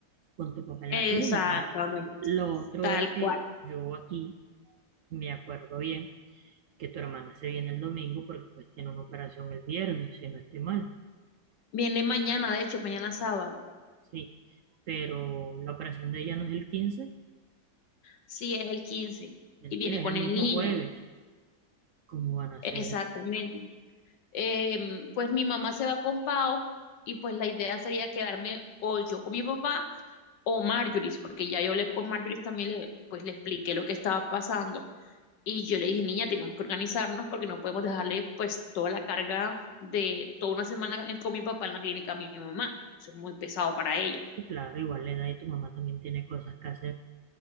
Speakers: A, on the right; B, on the left.
A: con tu papá
B: Exactamente,
A: en la clínica, ¿no? Lo otro
B: tal
A: era que
B: cual.
A: yo aquí me acuerdo bien que tu hermana se viene el domingo porque pues tiene una operación el viernes, si no estoy mal,
B: Viene mañana, de hecho, mañana sábado.
A: sí. Pero la operación de ella no es el 15,
B: Sí, es el quince
A: mentira,
B: y viene con
A: es el mismo
B: el niño.
A: jueves. ¿Cómo van a hacer?
B: Exactamente. Em, pues mi mamá se va con Pau y pues la idea sería quedarme o yo con mi papá o Marjorie, porque ya yo hablé con Marjorie también, le, pues le expliqué lo que estaba pasando y yo le dije, niña, tenemos que organizarnos porque no podemos dejarle pues toda la carga de toda una semana en- con mi papá en la clínica a mi mamá. Eso es muy pesado para ella.
A: Sí, claro, igual la edad y tu mamá también tiene cosas que hacer.